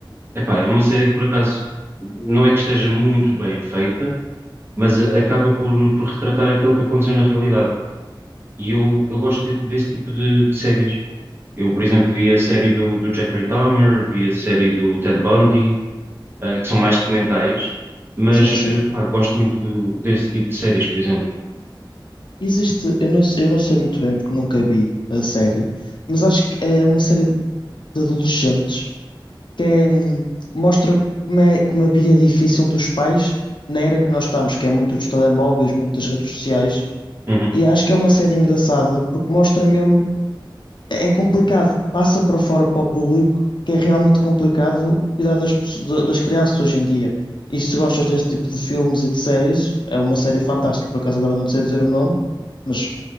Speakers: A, on the right (about 25°); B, on the left (about 65°).
A: Epá, é uma série que por acaso não é que esteja muito bem feita, mas a- acaba por, por retratar aquilo que aconteceu na realidade. E eu, eu gosto de- desse tipo de, de séries. Eu, por exemplo, vi a série do, do Jeffrey Dahmer, vi a série do Ted Bundy, ah, que são mais documentais, mas
B: Sim, sim.
A: eh, pá, gosto muito desse tipo de séries, por exemplo.
B: Existe, eu não, sei- eu não sei muito bem porque nunca vi a série, mas acho que é uma série de adolescentes que é, hum, mostra como é, como a vida é difícil dos pais na era que nós estamos, que é muito dos telemóveis, muito das redes sociais.
A: Uhum.
B: E acho que é uma série engraçada porque mostra mesmo. É é complicado, passa para fora para o público que é realmente complicado cuidar das, pesso- da- das crianças hoje em dia. E se gostas deste tipo de filmes e de séries, é uma série fantástica. Por acaso agora não te sei dizer o nome, mas